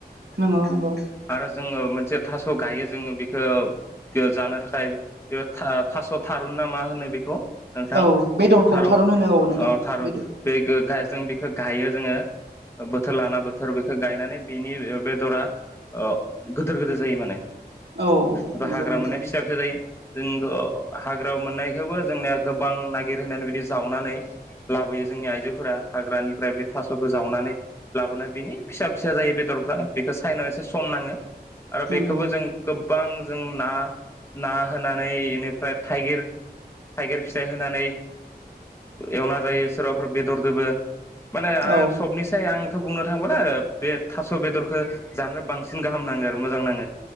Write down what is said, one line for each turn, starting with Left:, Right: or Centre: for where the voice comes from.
Right: नगौ नंगौ।
Left: आरो जोङो मोनसे थास' गायो जोङो बेखौ जानो थाखाय बे थास' थारुन ना मा होनो? बेखौ नोंथां
Right: औ बेदरखौ
Left: थारुन
Right: होनो औ नोंथां
Left: ओ थारुन
Right: बेदरखौ
Left: बे गायजों बेखौ बेखौ गायो जोङो बोथोर लाना बोथोर बेखौ गायनानै बिनि बेदरा ओ गोदोर गोदोर जायो माने
Right: औ
Left: एबा
Right: नंगौ
Left: हाग्रा
Right: नंगौ
Left: मोननाया फिसा फिसा जायो। जों हाग्राायाव मोननायखौबो जोंनिया गोबां नागिरो होननानै बिदि जावनानै लाबोयो जोंनि आइजोफोरा हाग्रानिफ्राय बेथ थास'खौ जावनानै लाबोनाय बिनि फिसा फिसा जायो बेदरफ्रा बेखौ साइनानैसो संनाङो। आरो
Right: नंगौ
Left: बेखौबो जों गोबां जों ना ना होनानै इनिफ्राय थाइगिर थाइगिर फिथाइ होनानै एवना जायो सोरबाफोर बेदरदोबो माने आ
Right: औ
Left: सबनिसाय आं आंथ' बुंनो थाङोब्ला बे थास' बेदरखौ जानो बांसिन गाहाम नाङो आरो मोजां नाङो।